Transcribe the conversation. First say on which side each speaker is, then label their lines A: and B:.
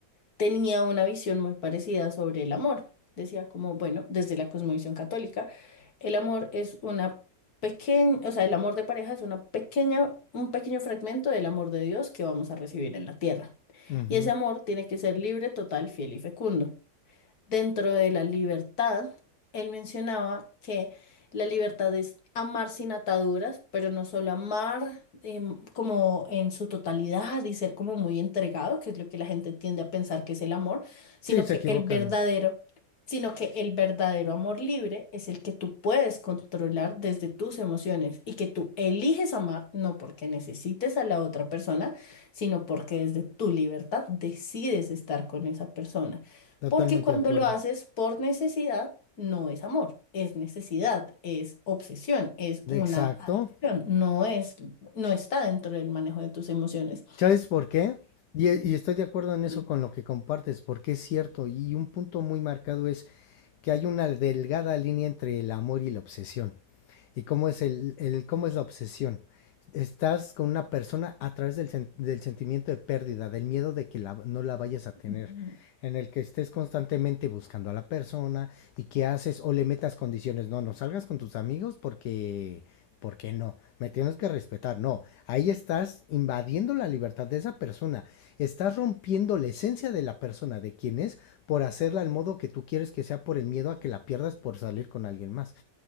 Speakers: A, on the left (about 60°); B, on the left (about 75°).
A: tenía una visión muy parecida sobre el amor. Decía como, bueno, desde la cosmovisión católica, el amor es una pequeña, o sea, el amor de pareja es una pequeña, un pequeño fragmento del amor de Dios que vamos a recibir en la tierra.
B: ujú.
A: Y ese amor tiene que ser libre, total, fiel y fecundo. Dentro de la libertad, él mencionaba que la libertad es amar sin ataduras, pero no solo amar em, como en su totalidad y ser como muy entregado, que es lo que la gente tiende a pensar que es el amor, sino
B: Sí, se
A: que
B: equivocan.
A: el verdadero, sino que el verdadero amor libre es el que tú puedes controlar desde tus emociones y que tú eliges amar, no porque necesites a la otra persona, sino porque desde tu libertad decides estar con esa persona.
B: Totalmente
A: Porque cuando
B: de acuerdo.
A: lo haces por necesidad, no es amor, es necesidad, es obsesión, es una
B: Exacto.
A: adicción, no es, no está dentro del manejo de tus emociones.
B: ¿Sabes por qué? Y, y estoy de acuerdo en eso
A: Sí.
B: con lo que compartes, porque es cierto. Y un punto muy marcado es, que hay una delgada línea entre el amor y la obsesión. ¿Y cómo es, el, el- cómo es la obsesión? Estás con una persona a través del, sen- del sentimiento de pérdida, del miedo de que la- no la vayas a tener,
A: Ujú.
B: en el que estés constantemente buscando a la persona y que haces o le metas condiciones. No, no salgas con tus amigos porque, porque no, me tienes que respetar. No, ahí estás invadiendo la libertad de esa persona, estás rompiendo la esencia de la persona, de quien es, por hacerla al modo que tú quieres que sea por el miedo a que la pierdas por salir con alguien más.